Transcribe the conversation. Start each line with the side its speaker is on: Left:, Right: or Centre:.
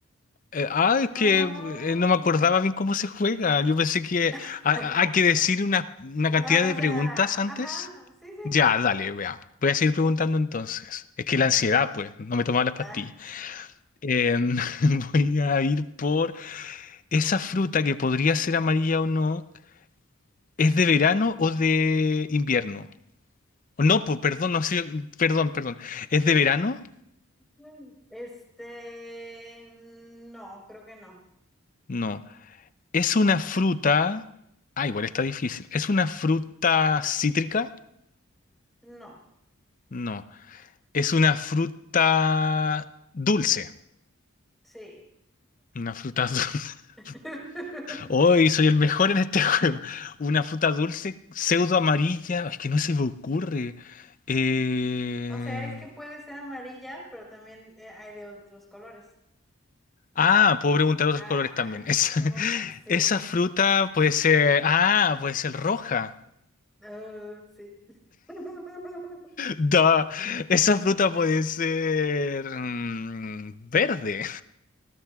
Left: Eh, ah,
Centre: No.
Left: es que eh, no me acordaba bien cómo se juega. Yo pensé que
Centre: <laughs>
Left: ah, ah, hay que decir una, una
Centre: Ah,
Left: cantidad de
Centre: o
Left: preguntas
Centre: sea,
Left: antes.
Centre: ajá, sí, sí,
Left: Ya, dale, vea. Voy a seguir preguntando entonces. Es que
Centre: sí. ujú.
Left: la ansiedad, pues, no me tomaba las pastillas.
Centre: Ah,
Left: Em, <laughs> voy a ir por esa fruta que podría ser amarilla o no. ¿Es de verano o de invierno? No, po- perdón, no sé, perdón, perdón. ¿Es de verano?
Centre: <laughs> Este, no, creo que no.
Left: No. Es una fruta. Ah, igual está difícil. ¿Es una fruta cítrica?
Centre: No,
Left: No. Es una fruta dulce.
Centre: sí.
Left: Una fruta dulce. <laughs>
Centre: <laughs>
Left: Hoy soy el mejor en este <laughs> juego. Una fruta dulce, pseudo amarilla. Es que no se me ocurre. Eh,
Centre: O sea, es que puede ser amarilla, pero también eh, hay de otros colores.
Left: Ah, puedo preguntar otros
Centre: Ah,
Left: colores también. Esa,
Centre: está
Left: <laughs>
Centre: muy fácil.
Left: esa fruta puede ser. Ah, puede ser roja. <laughs>
Centre: Ah, sí. <laughs>
Left: Da, esa fruta puede ser. mm, verde.